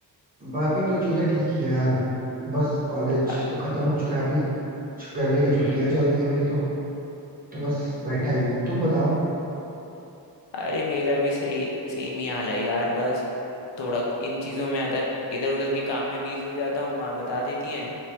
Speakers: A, on the right; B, on the left.
A: बाकी तो चीजें ठीक ही है यार बस कॉलेज
B: यार,
A: तो खत्म हो चुका है अभी गर्मी की छुट्टियां
B: हम्म
A: चल रही है मेरी तो तो बस बैठा ही हूँ तुम बताओ
B: अरे मेरा भी सही सेम ही हाल है यार बस थोड़ा इन चीज़ों में अदर इधर उधर के काम में बिजी हो जाता हूँ माँ बता देती हैं